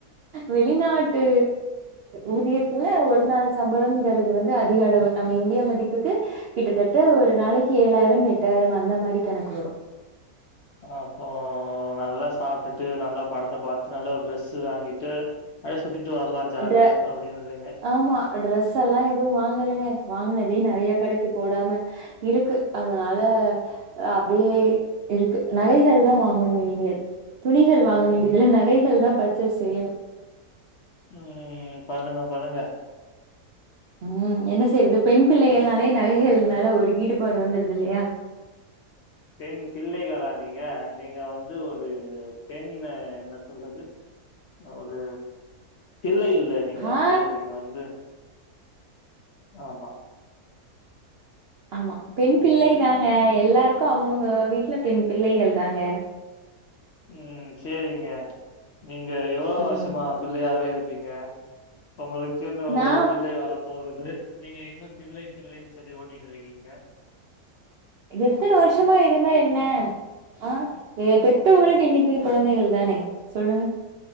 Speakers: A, on the right; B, on the left.
A: வெளிநாட்டு ஊதியத்துல ஒரு நாள் சம்பளம்ங்கிறது வந்து அதிக அளவு நம்ம இந்தியா மதிப்புக்கு கிட்டத்தட்ட ஒரு நாளைக்கு ஏழாயிரம் எட்டாயிரம் அந்த மாரி கணக்கு வரும்
B: அப்போ நல்ல சாப்பிட்டுட்டு நல்லா படத்தை பாத்து நல்ல ஒருடிரெஸ் வாங்கிட்டு சுத்திட்டு வரலா ஜாலியா
A: ட்ரெ
B: அப்டின்றீங்க.
A: ஆமா ட்ரெஸ் எல்லாம் எ எதுவும் வாங்கலைங்க வாங்கினதே நிறைய கடக்கு போடாம இருக்கு அதனால அப்டியே இருக்கு நகைகள் தான் வாங்கணும் இனிமேல் துணிகள் வாங்க வேண்டியதுல்ல
B: ம்
A: நகைகள் தான் பர்ச்சேஸ் செய்யணும்
B: ம்ம்ம் பண்ணுங்க பண்ணுங்க
A: ம் என்ன செய்றது பெண் பிள்ளைகள் நாளைய நகைகள்னால ஒரு ஈடுபாடு வந்துடுது இல்லையா
B: பெண் பிள்ளைகளா நீங்க நீங்க வந்து ஒரு பெண்ண என்ன சொல்றது ஒரு இல்லை இல்லை நீங்க
A: ஆ
B: வந்து நீங்க வந்து ஆமா
A: ஆமா பெண் பிள்ளை தாங்க எல்லாருக்கும் அவங்கவுங்க வீட்டுல பெண் பிள்ளைகள் தாங்க
B: ம் சைரிங்க நீங்க எவ்வளோ
A: ம்
B: வருஷமா பிள்ளையாவே இருக்கு இருப்பீங்க உங்களுக்குன்னு
A: நா
B: ஒரு பிள்ளை வரப்போது மிஸ் நீங்க என்ன பிள்ளை பிள்ளைன்னு சரி ஓடி <unintelligible>
A: எத்தன வருஷமா இருந்தா என்ன ஆ பெத்தவங்களுக்கு என்னைக்குமே கொழந்தைக தானே சொல்லுங்க